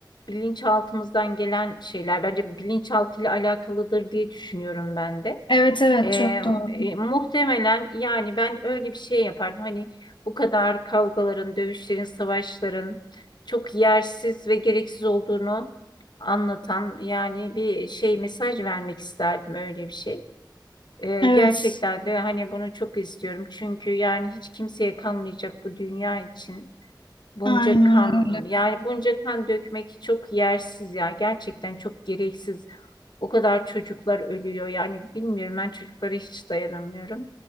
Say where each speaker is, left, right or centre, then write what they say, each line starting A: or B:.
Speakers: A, on the left; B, on the left.
A: bilinçaltımızdan gelen şeyler. Bence bilinçaltıyla alakalıdır diye düşünüyorum ben de.
B: Evet evet
A: Ee,
B: çok doğru.
A: e, muhtemelen yani ben öyle bir şey yapardım. Hani bu kadar kavgaların, dövüşlerin, savaşların çok yersiz ve gereksiz olduğunu anlatan yani bir şey mesaj vermek isterdim öyle bir şey. Ee,
B: Evet.
A: gerçekten de hani bunu çok istiyorum. Çünkü yani hiç kimseye kalmayacak bu dünya için. Bunca
B: Aynen
A: kan
B: öyle.
A: yani bunca kan dökmek çok yersiz ya gerçekten çok gereksiz. O kadar çocuklar ölüyor yani bilmiyorum ben çocuklara hiç dayanamıyorum.